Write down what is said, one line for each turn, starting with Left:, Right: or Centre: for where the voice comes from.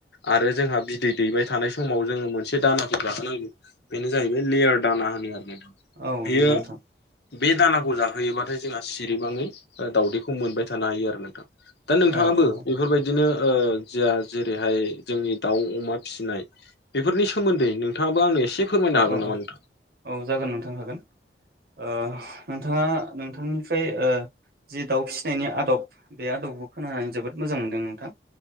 Left: आरो जोंहा बिदै दैबाय थानाय समाव जोङो मोनसे दानाखौ जाहोनांगौ बेनो जाहैबाय लेयार दाना होनो आरो नोंथां
Right: औ
Left: बेयो
Right: नंगौ नोंथां
Left: बे दानाखौ जाहोयोबाथाय जोंहा सिरिबाङै ओ दावदैखौ मोनबाय थानो हायो आरो नोंथां दा नोंथाङाबो
Right: औ औ
Left: बेफोरबायदि बिदिनो ओ जोहा जेरैहाय जोंनि दाउ, अमा फिसिनाय बेफोरनि सोमोन्दै नोंथाङाबो आंनो एसे फोरमायनो
Right: अ
Left: हागोन
Right: अ
Left: नामा नोंथां?
Right: अ औ जागोन नोंथां हागोन ओ नोंथाङा नोंथांनिफ्राय ओ जि दाउ फिसिनायनि आद'ब बे आद'बखौ खोनानानै जोबोद मोजां मोनदों नोंथां